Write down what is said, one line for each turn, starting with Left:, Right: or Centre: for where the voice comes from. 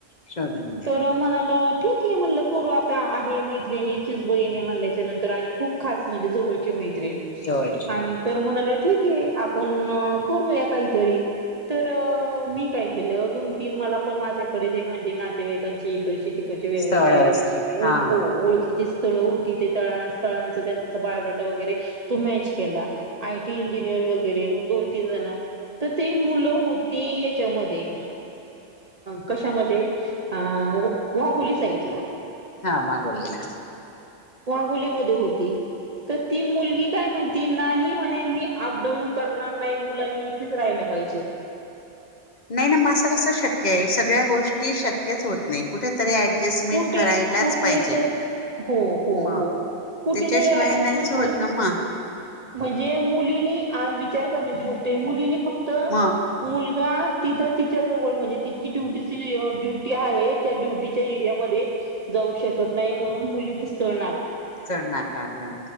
Left: शोधून द्या
Right: तर म्हणा ठीक आहे म्हणलं करू आता आहे मैत्रिणीचीिच बहीणी म्हणल्याच्या नंतर आणि खूप खास म्हणजे जवळची मैत्रीिणी
Left: जवळची
Right: आणि तर म्हणाल ठीक आहे आपण करूया काहीतरी तर मी काय केलं दोन तीन मला पण माझ्याकडेे म्हणजे नातेवाईकांची इकड े वेगवेगळे
Left: स्थळ
Right: ओळ
Left: असतील हा
Right: हो ओळखीचे स्थळ होती ते त स्थळांच त्यांचा बायोडाटा वगैरे तो मॅच केला आयटी इंजिनियर वगैरे दोन तीन जण तर ते मुलं होती याच्यामध्ये कशामध्ये अ वाहुली साईड ला
Left: हा मागोडला
Right: पुलीमध्ये होती तर ती मुलगी काय म्हण त नाही म्हणे मी अपडाऊन करणार नाही मुलानी इथेच राहिलं पाहिच
Left: नाही ना म असं कसं शक्य आहे सगळ्या गोष्टी शक्यच होत नाही कुठेतरी ऍडजस्टमेंट
Right: कुठे
Left: करायलाच
Right: कुठे
Left: पाहिजे
Right: तरी हो हो
Left: म
Right: हो कुठेतरी
Left: त्याच्याशिवाय
Right: ऍडजस्टमेंट
Left: नाहीच होत
Right: होईल.
Left: ना म
Right: म्हणजे मुलीनी आज विचार करण्याची गोष्ट मुलीनी फक्त
Left: मग
Right: मुल तिथं तिच्या जवळ म्हणजे तिची ड्युटी ड्युटी आहे त्या ड्युटी एरिया म जाऊ शकत नाही म्हणून मुलीतळ
Left: चड नाकारलं